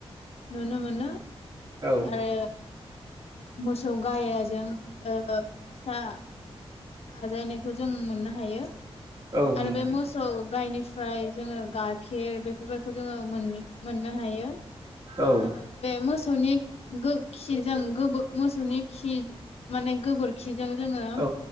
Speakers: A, on the left (about 75°); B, on the right (about 45°).
A: नुनो मोनो।
B: औ
A: आरो मोसौ गायजों फिसा आजायनायखौ जों मोननो हायो
B: औ
A: आरो
B: नोंथां
A: बे मोसौ गायनो ओमफ्राय जोङो गाइखेर बेफोरफोरखौ जोङो मोन मोननो हायो
B: औ
A: आरो बे मोसौ सौनि खिजों मोसौनि खि माने गोबोरखि जों जोङो
B: औ